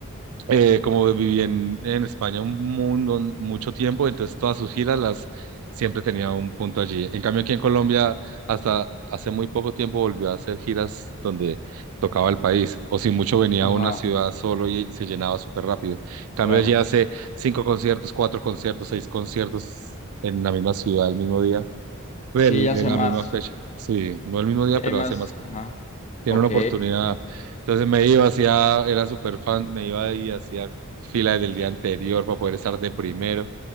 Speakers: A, on the right (about 75°); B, on the left (about 35°).
A: eh, como viví en, en España un mundo, mucho tiempo, entonces todas sus giras las siempre tenía un punto allí. En cambio aquí en Colombia hasta hace muy poco tiempo volvió a hacer giras donde tocaba el país o si mucho venía
B: ajá,
A: a una ciudad solo y se llenaba súper rápido. En cambio
B: claro.
A: allí hace cinco conciertos, cuatro conciertos, seis conciertos en la misma ciudad el mismo día, el-
B: Sí, ya sé
A: en la
B: más,
A: misma fecha. Sí, no el mismo día,
B: sí
A: pero
B: hay más,
A: hace más.
B: ajá.
A: tiene
B: Ok,
A: una oportunidad. Entonces me iba, hacía, era súper fan, me iba y hacía fila del día anterior para poder estar de primero.